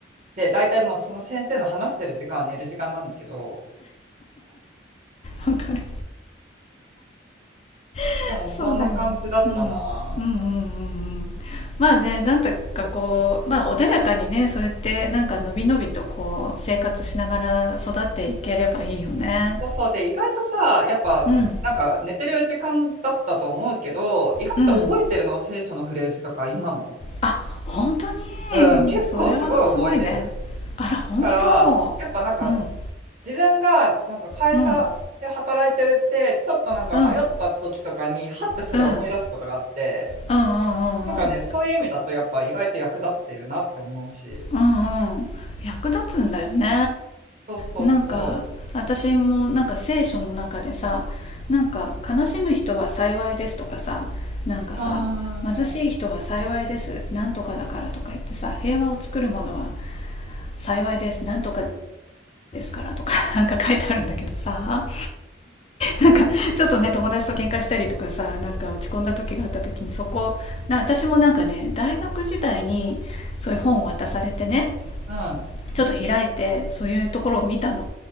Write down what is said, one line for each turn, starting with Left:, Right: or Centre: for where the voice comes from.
Right: で、大体もうその先生の話してる時間は寝る時間なんだけど、
Left: わかる <laughs>
Right: でもそんな感じだったな。
Left: そうだよね、うん、うんうんうんうんまあねなんとかこう、まあ、穏やかにねそうやってなんかのびのびとこう生活しながら育っていければいいよね
Right: そうそうで、意外とさ、やっぱ、
Left: うん
Right: なんか寝てる時間だったと思うけど、意外と覚えてるの、
Left: うん
Right: 聖書のフレーズとか、今も。
Left: あ本当
Right: うん、
Left: にそれはすごいね
Right: 結構すごい覚えてる。
Left: あら本当うん
Right: だから、やっぱなんか、自分がなんか会社で働いてるって、
Left: うん
Right: ちょっとなんか迷った時とかに、
Left: うんうん
Right: はってそれ思い出すことがあって、
Left: うんうんうんうんうん
Right: なんかね、そういう意味だと、やっぱ意外と役立ってるなって思うし。
Left: うんうん役立つんだよね
Right: そうそうそ
Left: なんか私もなんか聖書の中でさなんか悲しむ人は幸いですとかさなんかさ貧しい人は幸いですなんとかだからとか言ってさ平和を作るものは
Right: う。うー <laughs> ん、
Left: 幸いですなんとかですからとか <laughs> なんか書いてあるんだけどさなんかちょっとね友達と喧嘩したりとかさなんか落ち込んだ時があった時にそこな私もなんかね大学時代にそういう本を渡されてね
Right: うん、
Left: ちょっと開いてそういうところを見たの。